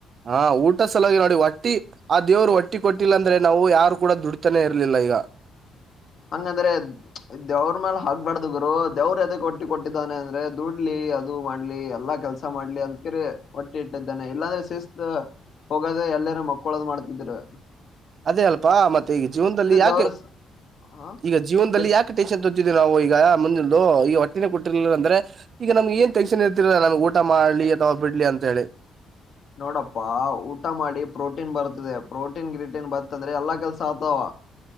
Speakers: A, on the right; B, on the left.
A: ಹಾ ಊಟ ಸಲಾಗಿ ನೋಡಿ ಹೊಟ್ಟಿ ಆ ದೇವರು ಒಟ್ಟಿ ಕೊಟ್ಟಿಲ್ಲ ಅಂದ್ರೆ ನಾವು ಯಾರು ಕೂಡ ದುಡ್ತಾನೇ ಇರ್ಲಿಲ್ಲ ಈಗ
B: ಹಂಗಂದ್ರೆ ದೇವ್ರ ಮ್ಯಾಲ ಹಗ್ಬಾರಡ್ದ ಗರು ದೇವ್ರ ಎದಕ್ ಒಟ್ಟಿ ಕೊಟ್ಟಿದ್ದಾನೆ ಅಂದ್ರೆ ದುಡ್ಲಿ ಅದು ಮಾಡ್ಲಿ ಎಲ್ಲಾ ಕೆಲ್ಸ ಮಾಡ್ಲಿ ಅಂದಕಿ ಒಟ್ಟಿ ಇಟ್ಟಿದ್ದಾನೆ ಇಲ್ಲಾಂದ್ರೆ ಶಿಸಕ್ತ್ ಹೋಗದ ಎಲ್ಲಾರ ಮಕ್ಕಳದ್ ಮಾಡ್ತಿದರು
A: ಅದೇ ಅಲ್ಪಾ ಮತ್ತೆ ಈ ಜೀವನದಲ್ಲಿ ಯಾಕೆ
B: ದೇವ್ರ ಹ
A: ಈಗ ಜೀವನ್ದಲ್ಲಿ
B: ಇರ್
A: ಯಾಕೆ ಟೆನ್ಷನ್ ತಗೋತಿದೆವಿ ನಾವು ಈಗ ಈಗ ಹೊಟ್ಟಿನೆ ಕೊಟ್ಟಿರ್ಲಿಲ್ಲ ಅಂದ್ರೆ ಈಗ ನಮ್ಗೆ ಏನ್ ಟೆನ್ಶನ್ ಇರ್ತಿರಲ ನಮ್ಗೆ ಊಟ ಮಾಡ್ಲಿ ಅಥವಾ ಬಿಡ್ಲಿ ಅಂತ ಹೇಳಿ
B: ನೋಡಪ್ಪಾ ಊಟ ಮಾಡಿ ಪ್ರೋಟೀನ್ ಬರ್ತದೆ ಪ್ರೋಟೀನ್ ಗ್ರಿಟೀನ್ ಬತ್ತಂದ್ರೆ ಎಲ್ಲಾ ಕೆಲ್ಸ ಆತಾವ